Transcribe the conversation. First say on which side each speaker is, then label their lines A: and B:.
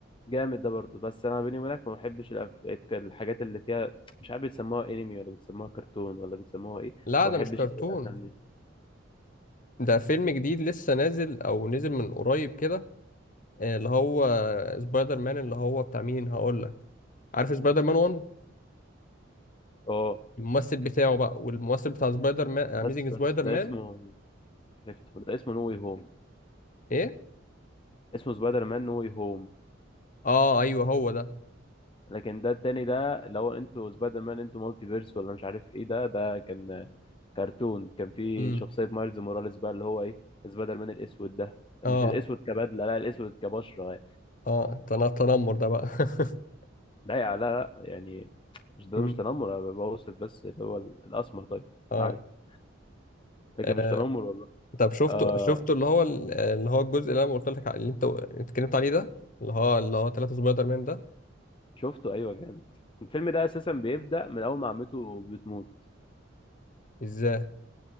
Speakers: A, on the left; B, on the left.
A: جامد ده برضه بس انا بيني وبينك ما بحبش الأف... الحاجات اللي فيها مش عارف بتسموها انمي ولا بتسموها كرتون ولا بتسموها ايه
B: لا
A: ما
B: ده
A: بحبش
B: مش كرتون
A: قوي الافلام دي
B: ده فيلم جديد لسه نازل او نزل من قريب كده آه، اللي هو آه، سبايدر مان اللي هو بتاع مين هقول لك عارف سبايدر مان 1
A: اه
B: الممثل بتاعه بقى والممثل بتاع سبايدر مان
A: بس
B: اميزنج سبايدر
A: بس ده
B: مان
A: اسمه عرفته ده اسمه نو واي هوم
B: ايه
A: اسمه سبايدر مان نو واي هوم
B: اه ايوه هو ده
A: لكن ده التاني ده اللي هو انتوا سبايدر مان انتوا مالتي فيرس ولا مش عارف ايه ده ده كان كرتون كان في
B: امم
A: شخصية مايلز موراليس بقى اللي هو ايه سبايدر مان الاسود ده
B: اه
A: مش الاسود كبدلة لا الاسود كبشرة يعني.
B: اه تن- تنمر ده بقى <laughs>
A: ده لا لا يعني مش ده
B: مم.
A: مش تنمر انا بوصف بس اللي هو الاسمر طيب
B: اه
A: ما عليه لكن
B: آه.
A: مش تنمر والله
B: طب شفته
A: آه
B: شفته اللي هو ال- اللي هو الجزء اللي انا قلت لك على- اللي انت اتكلمت عليه ده اللي هو اللي هو ثلاثة سبايدر مان ده
A: شفته ايوه جامد الفيلم ده اساسا بيبدأ من اول ما عمته بتموت
B: ازاي